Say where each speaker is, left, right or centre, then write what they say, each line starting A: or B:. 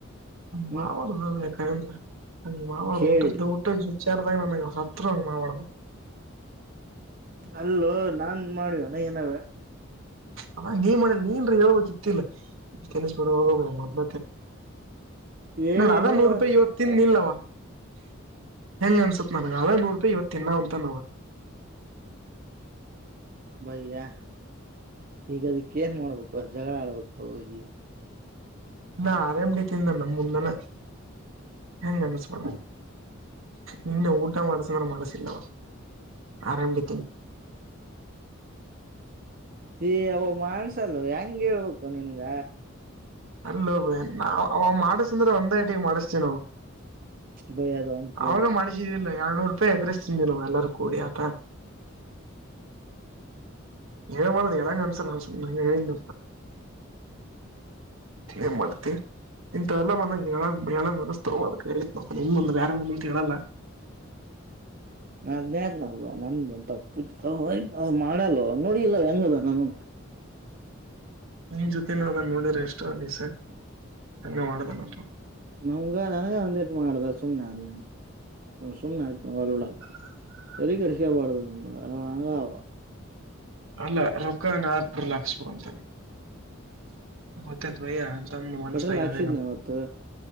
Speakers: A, on the right; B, on the right.
A: ಮಾವಳ
B: ಹ್ಮ್
A: ನ ಮಾವ
B: ಕೇಳಿದ್
A: ಊಟ ದ ಊಟೆ ಾರದ ನಗೆ ಸತ್ರುವ ಮಾವಡ
B: ಅಲ್ಲೋ ನಾನ್ ಮಾಡಿವನ ಏನರಾ
A: ಅ ನೀನ್ ಮಾಡ ನೀನ್ ಹೇಳ್ಬೇಕಕ್ ಇತ್ತಲ್ಲ ತನ್ಸ್ ಬರ ಹೋಗಬ ಮೊದ್
B: ಹೇಳಿನು
A: ಅದ ನೂರ್ ರೂಪಾಯಿ ಇವತ್ತ ತಿಿಂದ ನಿಲ್ವ ಹೆಂಗ ಅನ್ಸತ್ ನನಗೆ ಅವೇ ಮೂರು ರೂಪಾಯಿ ಇವತ್ತು ತಿನ್ನಂತ ನವು ಹ
B: ಬಯ್ಯಾ ಈಗದಕ್ಕ ಏನ್ ಮಾಡ್ಬೇಕು ಜಗಳ ಆಡ್ಬೇಕ ಹೋಗಿ
A: ನಾ ಆರೇಾಮ್ಡಿ ತಿಿಂದ ನಮ್ಮ ಮುಂದಾನ ಹೆಂಗ ಅನ್ಸ್ಬಡ ನಿನ್ನೆ ಊಟ ಮಾಡ್ಸ ಂದ ಮನಸಿಲ್ಲ ಆರಂಭಡಿ
B: ಏ ಅ ಮಾಡನ್್ಸಲ್ಲ ಹೆಂಗ ಹೇಳ್ಬೇಕು ನಿನ್ಗ
A: ಅಲ್ಲೋಬಯ ನಾ ಅವ ಮಾಡಸಂದ್ರೆ ಒಂದ ಐಟಿಗೆ ಮಾಡಿಸ್ತೀ ನಾವು
B: ಬೈ ಅದ ಅವನ್ ಕೇಳ್ಬೇಕು
A: ಅವಾಗ ಮಾಡಡಿಸಿದಿಲ್ಲ ಎಏಳ್ನೂರು ರೂಪಾಯಿ ಎಗ್ರಸ್್ತೀವಿ ನಾವ್ ಎಲ್ಲಾರೂ ಕೂಡಿ ಆತ ಎಳ ಮಾಡದು ಎಳಂಗ ಅನಸಲ ಎಪ್ಪ ಮತ್ ಏನ್ ಮಾಡ್ತೆ ಇಂತಲ್ಲಾ ಮಂದ ಹೇಳ ಹೇಳ ಅನಸ್ತವ ಅದ ಕ ಬಂದ ಬ ಮುಂದ ಅಂತ ಹೇಳಲ್ಲ ಹ
B: ನಾದ್ನೇದನಲ್ವಾ ನಮ್ದುಂತ ಪ್ಪ ಇ ಮಾಡಲ್ಲ ನೋಡಿ ಇಲ್ಲ ಹೆಂಗದ ನನ್ನಂದ್ರ
A: ನಿನ್ ಜೊತೆನ ಅದನ್ ನೋಡಿರ ಎಷ್ಟ ದಿವಸೆ ಹಂಗ ಮಾಡದನತ್ರ
B: ನಮ್ಗ ನನಗ ಒಂದಟು ಮಾಡ್ದ ಸುಮ್ನೆ ಆದ್ ಸುಮ್ನೆ ಆತ ಹೊರ್ಡಪ್ಪ
A: ಹ
B: ತಲಿ ಕೆಡಿಸ್ಕೋಬಾರ್ಡು ಅವ ಹಂಗ ಅವ
A: ಅಲ್ಲ ರೊಕ್ಕ ನಲ್ ಹಾಕ್ಸ್ಬೋ ಅಂತ ಗೊತ್ತಾಯತ್ ಬೈ ತನ್ನ ಮನಸ್ತ
B: ಪೆಟ್ರೋಲ್
A: ಯಿನ
B: ಹಾಕ್ಸಿದ್ನ ಅವತ್ತು